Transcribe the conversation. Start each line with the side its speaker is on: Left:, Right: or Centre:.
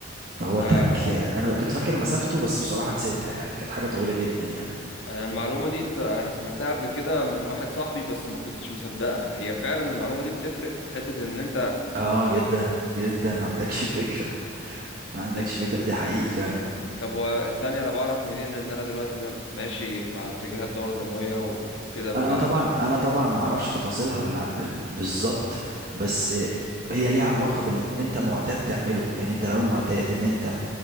Right: فهو
Left: آه
Right: تراك انا كنت فاكر مسافته بس بصراحة نسيتها يعني كانت حاجة طويلة جدا يعني
Left: انا المعلومه دي انت انا سمعتها قبل كده من واحد صاحبي بس ما كنتش مصدقها هي فعلا المعلومه دي بتفرق في حته ان انت
Right: اه جدا جدا ما عندكش فكرة ما عندكش
Left: آه،
Right: فكرة دي حقيقي فعلا
Left: طب هو ثانيه انا بعرف منين ان انا دلوقتي ماشي مع اتجاه الدوره الدمويه و... وكده ببقى
Right: انا طبعا
Left: عكسه
Right: انا طبعا ما اعرفش تفاصيلها بالع- ب- بالظبط بس هي ليها علاقه باللي انت معتاد تعمله يعني انت لو معتاد ان انت